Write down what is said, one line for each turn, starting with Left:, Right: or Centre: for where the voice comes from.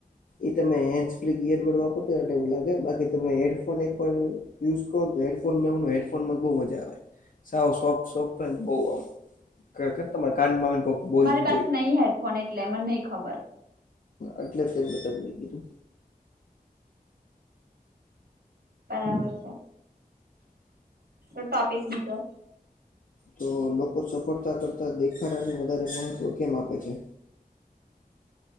Left: એ તમે હેન્ડસ ફ્રી ઈયરબર્ડ વાપરતા એટલે એવું લાગે બાકી તમે હેડફોન એક પણ યુઝ કરો ને તો હેડફોન મા એવુ ના હોય હેડફોનમાં તો બઉ મજા આવે સાવ સોફ્ટ સોફ્ટ હોય ને બઉ આમ <unintelligible> તમાર કાનમાં હોય ને કોક બોલતું
Right: મારી પાસે નહી હેડફોન એટલે મને નઈ ખબર
Left: એટલે <unintelligible> મેં તમને કીધું
Right: બરાબર છે તો <unintelligible> ટોપિક લીધો
Left: તો લોકો સફળતા કરતા દેખાડાને વધારે મહત્વ કેમ આપે છે